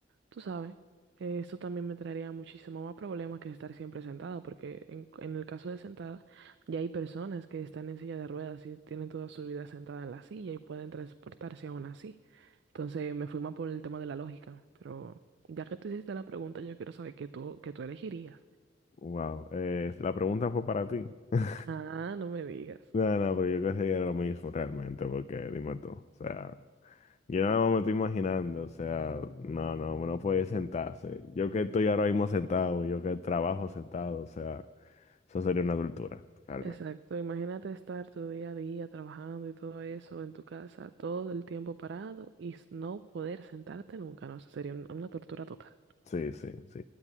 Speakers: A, on the right; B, on the left.
A: Tú sabes, eh, eso también me traería muchísimo más problemas que estar siempre sentada, porque en, en el caso de sentada, ya hay personas que están en silla de ruedas y tienen toda su vida sentada en la silla y pueden transportarse aún así. Entonces me fui más por el tema de la lógica. Pero ya que tú hiciste la pregunta, yo quiero saber qué tú, qué tú elegirías.
B: wow, eh, la pregunta fue para ti. <laughs>
A: Ah, no me digas.
B: No, no, pero yo creo que sería lo mismo realmente, porque dime tú, o sea. Yo nada más me estoy imaginando, o sea, no, no, uno puede sentarse. Yo que estoy ahora mismo sentado, yo que trabajo sentado, o sea, eso sería una tortura, realmente.
A: Exacto, imagínate estar tu día a día trabajando y todo eso en tu casa, todo el tiempo parado y s- no poder sentarte nunca, no, eso sería un- una tortura total.
B: Sí, sí, sí.